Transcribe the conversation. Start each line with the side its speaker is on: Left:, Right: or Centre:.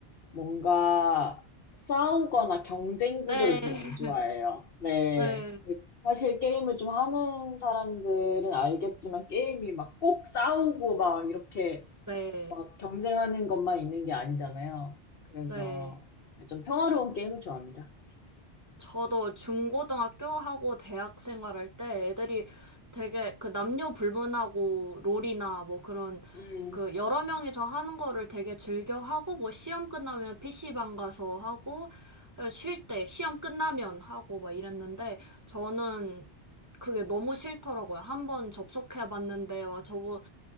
Left: 뭔가 싸우거나 경쟁
Right: 네.
Left: 구도를 별로
Right: <laughs>
Left: 안 좋아해요. 네.
Right: 네,
Left: 그- 사실 게임을 좀 하는 사람들은 알겠지만 게임이 막 꼭 싸우고 막 이렇게
Right: 네,
Left: 막 경쟁하는 것만 있는 게 아니잖아요. 그래서
Right: 네.
Left: 좀 평화로운 게임을 좋아합니다.
Right: 저도 중고등학교 하고 대학 생활할 때 애들이 되게 그 남녀 불문하고 롤이나 뭐 그런
Left: 음,
Right: 그 여러 명이서 하는 거를 되게 즐겨 하고 뭐 시험 끝나면 PC방 가서 하고 쉴 때 시험 끝나면 하고 막 이랬는데 저는 그게 너무 싫더라고요. 한 번 접속해 봤는데 와 저거